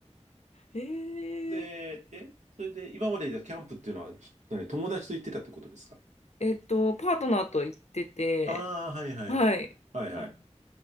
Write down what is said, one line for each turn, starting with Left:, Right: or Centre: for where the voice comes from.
Left: <laughs> へ
Right: で、
Left: え
Right: え、それで今までじゃキャンプっていうのは、ひ何友達と行ってたってことですか
Left: えっと、パートナーと行ってて、
Right: ああー、はいはいはい。
Left: はい、
Right: はいはい。
Left: あ